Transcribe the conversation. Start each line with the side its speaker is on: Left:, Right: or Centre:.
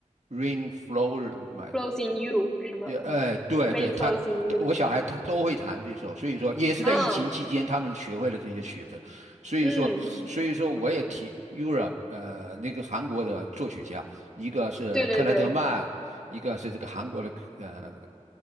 Right: Rain Flow My
Centre: ，Flows in You 什么
Right: 也哎，对对，
Centre: Rain
Right: 他我小孩他都会弹这首，
Centre: Flows in You 什么
Right: 所以说也是在疫情期间他们学会了这些曲子，
Centre: 啊
Right: 所以说所以说我也听
Centre: 嗯嗯。
Right: Europe 呃那个韩国的作曲家，一个是克莱德曼，
Centre: 对对对，
Right: 一个是这个韩国的呃